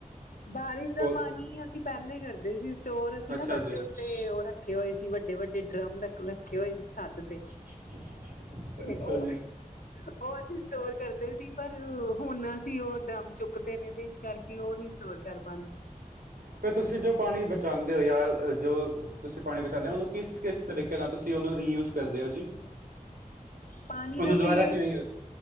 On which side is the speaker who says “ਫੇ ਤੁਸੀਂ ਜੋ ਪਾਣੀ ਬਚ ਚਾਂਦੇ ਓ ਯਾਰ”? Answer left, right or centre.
Right